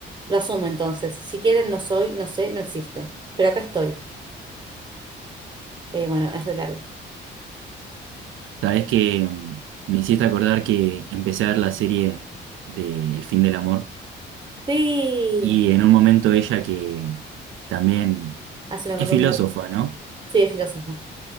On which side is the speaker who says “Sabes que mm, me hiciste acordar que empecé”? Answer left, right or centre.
Right